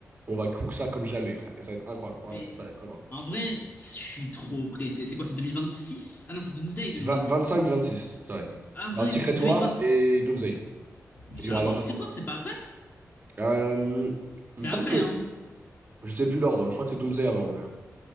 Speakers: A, on the right; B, on the left.
A: on va cook ça comme jamais, frère. Et ça va être incroyable, vraiment,
B: Mais
A: ça va être incroyable.
B: en vrai, je suis trop pressé. C'est quoi, c'est 2026? Ah non, c'est Doomsday 2026.
A: 20 25, 26, ça va être.
B: Ah
A: Il y aura
B: ouais,
A: Secret
B: 2020.
A: War et Doomsday.
B: C'est
A: Il y aura
B: avant
A: l'enchaînement.
B: Secret War, c'est pas après?
A: Euh,
B: C'est
A: il me semble
B: après,
A: que,
B: hein.
A: je sais plus l'ordre, je crois que c'est Doomsday avant, mais...